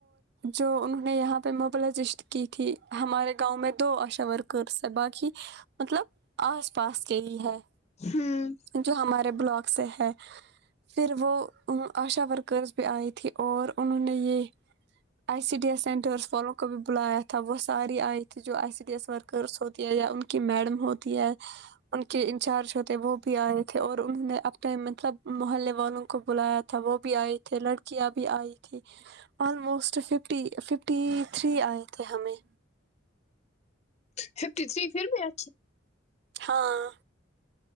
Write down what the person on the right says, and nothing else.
جو انہوں یہاں پہ مبلزشت کی تھی ہمارے گاؤں میں دو آشا ورک کر سے باقی مطلب آس پاس کے ہی ہے
جو ہمارے بلاک سے ہے پھر وہ آشا ورکرس بھی آئی تھی اور انہوں نے یہ I C D S centres والوں کو بھی بلایا تھا وہ ساری آئی تھی جو I C D S worker س ہوتی ہے یا ان کی میڈم ہوتی ہے ان کے انچارج ہوتےے وہ بھی آئے تھے اور انہوں نے ٹم مطلب محلے والوں کو بلایا تھا وہ بھی آئے تھے لڑکیاں بھی آئی تھھی آلموسٹ ففٹی ففٹی تھری آئے تھے ہمیں
ہاں